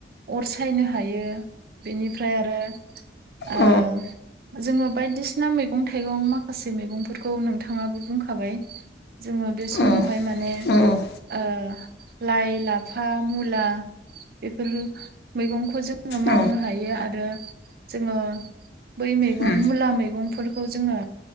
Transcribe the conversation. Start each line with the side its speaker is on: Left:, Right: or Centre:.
Right: अर सायनो हायो बेनिफ्राय आरो ओम
Left: औ
Right: जोङो बायदिसिना मैगं थाइगं माखासे मैगंफोरखौ नोंथाङाबो बुंखाबाय जोङो बे समावहाय
Left: औ
Right: माने
Left: औ
Right: ओ लाइ लाफा फा मुला बेफोर मैगंखौ जोङो मावनो
Left: औ
Right: हायो आरो जोङो बै मैगं
Left: उम
Right: मुला मैगंफोरखौ जोङो